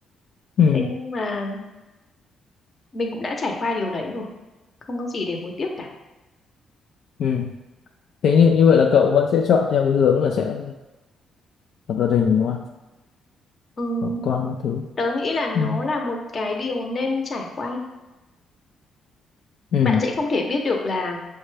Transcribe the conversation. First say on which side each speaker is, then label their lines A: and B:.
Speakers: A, on the left (about 65°); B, on the left (about 40°).
A: ừ
B: thế nhưng mà mình cũng đã trải qua điều đấy rồi không có gì để hối tiếc cả
A: ừ. thế như như vậy là cậu vẫn sẽ chọn theo cái hướng là sẽ lập gia đình đúng không
B: Ừm,
A: có con các thứ
B: tớ nghĩ là nó
A: ừ.
B: là một cái điều nên trải qua
A: ừ.
B: bạn sẽ không thể biết được là